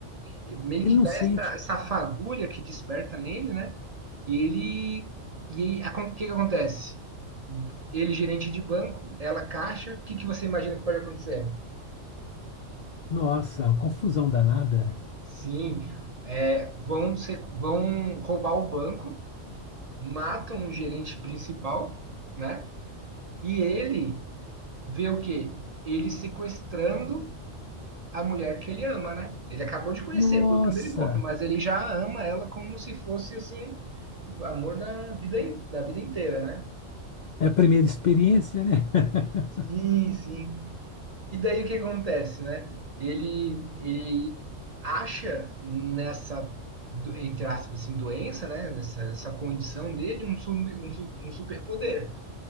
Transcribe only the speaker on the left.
Ele
não
sente.
Nossa, uma confusão danada.
Nossa,
é a primeira experiência, né? <laughs>